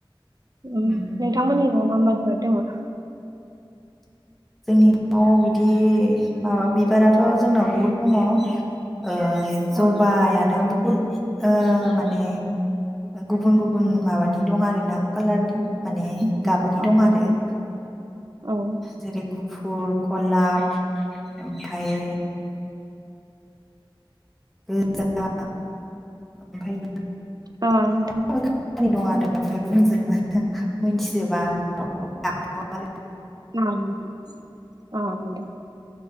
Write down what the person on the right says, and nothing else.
उ
नोंथांमोननि न'आव मा मा बिबार दङ
अ
औ
नोंथां
औ उम
औ‌ नोंथां
<unintelligible> अ दे